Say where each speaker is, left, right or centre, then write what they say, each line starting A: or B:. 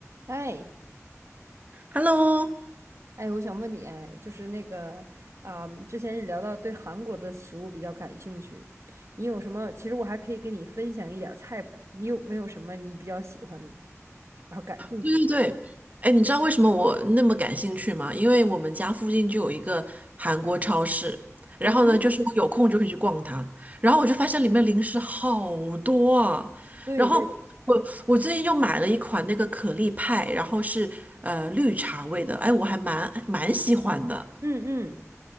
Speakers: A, on the right (about 60°); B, on the right (about 30°).
A: 哎
B: Hello，
A: 哎，我想问你，哎，就是那个啊、之前也聊到对韩国的食物比较感兴趣，你有什么？其实我还可以跟你分享一点儿菜谱，你有没有什么你比较喜欢的，然后感兴趣的？
B: 对对对，哎，你知道为什么我那么感兴趣吗？因为我们家附近就有一个韩国超市，然后呢，
A: 嗯，
B: 就是我有空就会去逛它，然后我就发现里面零食好多啊，
A: 对对，
B: 然后我我最近又买了一款那个可丽派，然后是呃绿茶味的，哎，我还蛮蛮喜欢的。
A: 嗯嗯，